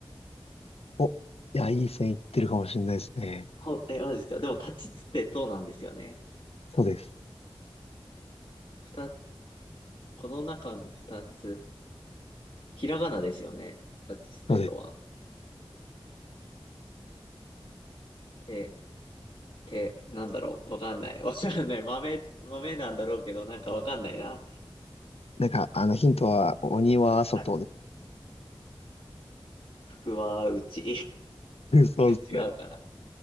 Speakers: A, on the left; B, on the left.
A: お、いや、いい線いってるかもしれないですね。
B: ほえ、マジですかでも立ちつてとなんですよね。
A: そうです。
B: 二、この中の二つ。ひらがなですよね。立ちつてとは。
A: そうです。
B: で、て、なんだろう。わかんない。わかんない。豆、豆なんだろうけど、なんかわかんないな。
A: なんか、あの、ヒントは、鬼は外で
B: はい。福は内。<laughs>
A: す。<laughs> そうですね。
B: 違うかな。